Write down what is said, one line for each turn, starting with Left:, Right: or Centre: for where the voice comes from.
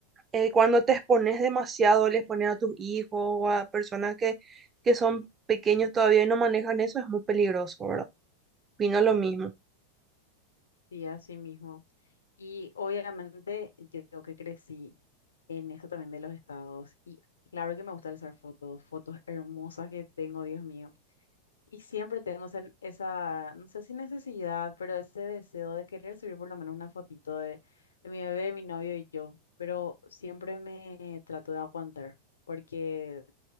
Right: eh, cuando te expones demasiado, les pones a tus hijos o a personas que, que son pequeños todavía y no manejan eso, es muy peligroso, ¿verdad? Vino lo mismo.
Left: Sí, así mismo. Y obviamente yo que crecí en esto también de los estados, y claro que me gusta usar fotos, fotos hermosas que tengo, Dios mío Y siempre tenemos en- esa, no sé si necesidad, pero ese deseo de querer subir por lo menos una fotito de, de mi bebé, mi novio y yo. Pero siempre me trato de aguantar, porque